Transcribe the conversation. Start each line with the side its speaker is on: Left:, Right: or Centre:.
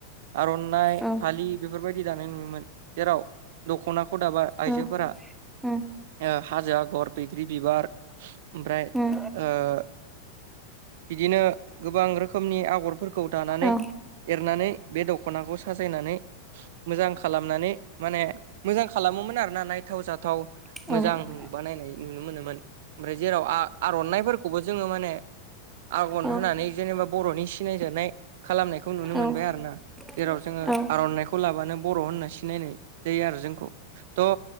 Right: आर'नाइ
Centre: औ
Right: फालि बेफोरबायदि दानाय नुयोमोन जेराव दख'नाखौ दाबा आइजोफोरा
Centre: औ उम उम
Right: ओ हाजो आगर बैग्रि बिबार ओमफ्राय
Centre: औ
Right: ओ <inaudible> बिदिनो गोबां रोखोमनि आगरफोरखौ दानानै
Centre: औ
Right: एरनानै बे दख दख'नाखौ साजायनानै मोजां खालामनानै माने मोजां खालामोमोन आरोना नाय थाव जाथाव
Centre: औ
Right: मोजां
Centre: औ औ औ
Right: बानायनाय नुनो मोनोमोन ओमफ्राय जेराव आ-आर'नाइफोरखौबो जोङो माने आगन
Centre: औ
Right: होनानै जेनेबा बर'नि सिनायजानाय खालामनायखौ नुनो
Centre: औ
Right: मोनबाय
Centre: उम औ उम
Right: आरोना। जेराव जोङो
Centre: औ
Right: आर'नाइखौ लाबानो बर' होनना सिनायनाय जायो आरो जोंखौ थ'